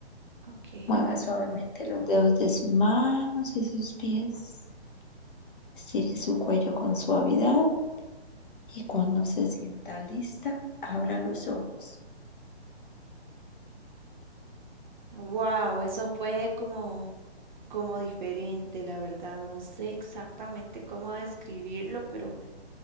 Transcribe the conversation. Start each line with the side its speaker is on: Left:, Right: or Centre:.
Right: Ok.
Left: Mueva suavemente los dedos de sus manos y sus pies. Estire su cuello con suavidad y cuando se sienta lista, abra los ojos.
Right: wow, eso fue como, como diferente, la verdad. No sé exactamente cómo describirlo, pero,